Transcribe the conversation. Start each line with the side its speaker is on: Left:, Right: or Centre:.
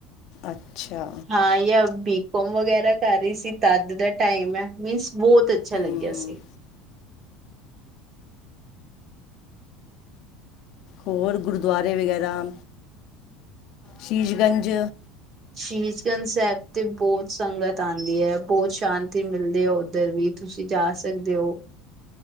Left: ਅੱਛਾ
Right: ਹਾਂ ਯ ਬੀਕੋਮ ਵਗੈਰਾ ਕਰ ਸੀ। ਤਦ ਦਾ ਟਾਈਮ ਏ, ਮੀਨਸ ਬਹੁਤ ਅੱਛਾ
Left: ਹੂੰ
Right: ਲੱਗਿਆ ਸੀ।
Left: ਹੋਰ ਗੁਰਦੁਆਰੇ ਵਗੈਰਾ, ਸ਼ੀਸ਼ਗੰਜ।
Right: ਸ਼ਹੀਸ਼ਗੰਜ ਸਾਹਿਬ ਤੇ ਬਹੁ ਸੰਗਤ ਆਂਦੀ ਏ, ਬਹੁਤ ਸ਼ਾਂਤੀ ਮਿਲਦੀ ਏ, ਉੱਧਰ ਵੀ ਤੁਸੀਂ ਜਾ ਸਕਦੇ ਹੋ।